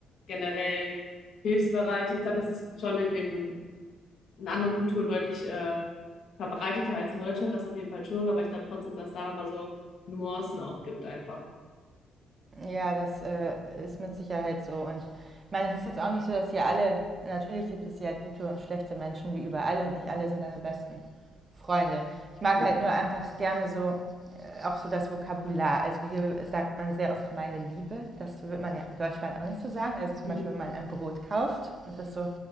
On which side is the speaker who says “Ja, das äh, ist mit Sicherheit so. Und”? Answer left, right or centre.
Right